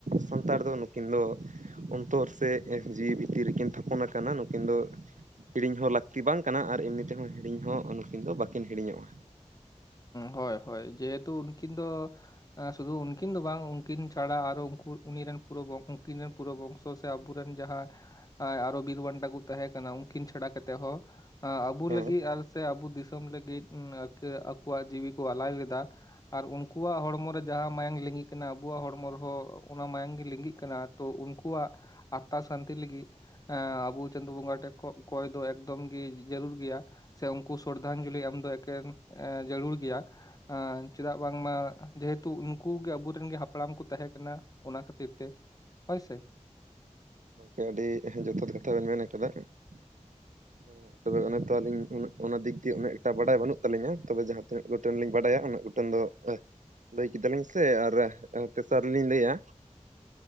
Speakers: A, on the right (about 85°); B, on the left (about 30°).
A: ᱥᱟᱱᱛᱟᱲ ᱫᱚ ᱱᱩᱠᱤᱱ ᱫᱚ ᱚᱱᱛᱚᱨ ᱥᱮ ᱡᱤᱣᱤ ᱵᱷᱤᱫᱨᱤ ᱨᱮᱠᱤᱱ ᱛᱷᱟᱯ ᱚᱱ ᱠᱟᱱᱟ ᱱᱩᱠᱤᱱ ᱫᱚ ᱦᱤᱲᱤᱧ ᱚᱱᱟ ᱠᱟᱱᱟ ᱱᱩᱠᱤᱱ ᱫᱚ ᱦᱤᱲᱤᱧ ᱦᱚᱸ ᱞᱟᱹᱠᱛᱤ ᱵᱟᱝ ᱠᱟᱱᱟ ᱟᱨ ᱮᱢᱱᱤ ᱛᱮᱦᱚ ᱦᱤᱲᱤᱧ ᱦᱚᱸ ᱱᱩᱠᱤᱱ ᱫᱚ ᱵᱟᱠᱤᱱ ᱦᱤ ᱦᱤᱲᱤᱧ ᱧᱚᱜ-ᱟ ᱾
B: ᱦᱳᱭ ᱦᱳᱭ ᱡᱮᱦᱮᱛᱩ ᱩᱱᱠᱤᱱ ᱫᱚ ᱥᱩᱫᱩ ᱩᱱᱠᱤᱱ ᱫᱚ ᱵᱟᱝ ᱩᱱᱠᱤᱱ ᱪᱷᱟᱰᱟ ᱟᱨᱚ ᱩᱱ ᱩᱱ ᱨᱮᱱ ᱯᱩᱨᱳ ᱵᱚᱝᱥᱚ ᱩᱱᱠᱤᱱ ᱨᱮᱱ ᱯᱩᱨᱳ ᱵᱚᱝᱥᱚ ᱥᱮ ᱟᱵᱚ ᱨᱮᱱ ᱡᱟᱦᱟ ᱠᱚ ᱟᱨᱦᱚᱸ ᱵᱤᱨ ᱵᱟᱱᱴᱟ ᱠᱚ ᱛᱟᱦᱮᱸ ᱠᱟᱱᱟ ᱩᱱᱠᱤᱱ ᱪᱷᱟᱰᱟ ᱠᱟᱛᱮᱜ ᱦᱚᱸ, ᱟᱵᱩ
A: ᱦᱮᱸ
B: ᱞᱟᱹᱜᱤᱫ ᱟᱨ ᱥᱮ ᱟᱵᱚ ᱫᱤᱥᱚᱢ ᱞᱟᱹᱜᱤᱫ ᱮ. ᱟᱠᱚᱣᱟᱜ ᱡᱤᱣᱤ ᱠᱚ ᱟᱞᱟᱭ ᱞᱮᱫᱟ ᱟᱨ ᱩᱱᱠᱩᱣᱟᱜ ᱦᱚᱲᱢᱚ ᱨᱮ ᱡᱟᱦᱟᱸ ᱢᱟᱭᱟᱝ ᱞᱤᱸᱜᱤᱜ ᱠᱟᱱᱟ ᱟᱵᱚᱣᱟᱜ ᱦᱚᱲᱢᱚ ᱨᱮᱦᱚᱸ ᱚᱱᱟ ᱢᱟᱭᱟᱢ ᱜᱮ ᱞᱤᱸᱜᱤᱜ ᱠᱟᱱᱟ ᱾ ᱛᱳ ᱩᱱᱠᱩᱣᱟᱜ ᱟᱸᱛᱛᱟ ᱥᱟᱱᱛᱤ ᱞᱟᱹᱜᱤᱫ ᱮᱸ ᱟᱵᱚ ᱪᱟᱸᱫᱳ ᱵᱚᱸᱜᱟ ᱴᱮᱜ ᱠᱚᱭ ᱫᱚ ᱮᱠᱫᱚᱢ ᱜᱮ ᱡᱟᱲᱩᱨ ᱜᱮᱭᱟ ᱾ ᱥᱮ ᱩᱱᱠᱩ ᱥᱚᱫᱷᱟᱝᱡᱩᱞᱤ ᱮᱢ ᱫᱚ ᱮᱠᱮᱱ ᱡᱟᱲᱩᱨ ᱜᱮᱭᱟ ᱾ ᱮ. ᱪᱮᱫᱟᱜ ᱵᱟᱝᱢᱟ ᱡᱮᱦᱩᱛᱩ ᱩᱱᱠᱩ ᱜᱮ ᱟᱵᱚᱨᱮᱱ ᱜᱮ ᱦᱟᱯᱲᱟᱢ ᱠᱚ ᱛᱟᱦᱮ ᱠᱟᱱᱟ᱾ ᱚᱱᱟ ᱠᱷᱟᱛᱤᱨ ᱛᱮ ᱦᱳᱭ ᱥᱮ,
A: ᱦᱮᱸ ᱜᱚᱝᱠᱮ ᱟᱹᱰᱤ ᱡᱚᱛᱷᱟᱛ ᱠᱟᱛᱷᱟ ᱵᱮᱱ ᱢᱮᱱ ᱟᱠᱟᱫᱟ ᱾ ᱛᱚᱵᱮ ᱚᱱᱮ ᱛᱚ ᱟᱞᱤᱧ ᱩᱱᱟᱜ ᱚᱱᱟ ᱫᱤᱠ ᱫᱤᱮᱭᱮ ᱩᱱᱟᱹᱜ ᱮᱠᱴᱟ ᱵᱟᱰᱟᱭ ᱵᱟᱹᱱᱩᱜ ᱛᱟᱹᱤᱧᱟ, ᱛᱚᱵᱮ ᱡᱟᱦᱟᱸ ᱛᱤᱱᱟᱹᱜ ᱜᱚᱴᱟᱝ ᱞᱤᱧ ᱵᱟᱰᱟᱭᱟ ᱩᱱᱟᱹᱜ ᱜᱷᱴᱟᱝ ᱫᱚ ᱮᱷ ᱞᱟᱹᱭ ᱠᱮᱫᱟᱞᱤᱧ ᱥᱮ ᱟᱨ ᱛᱮᱥᱟᱨ ᱞᱤᱧ ᱞᱟᱹᱭᱟ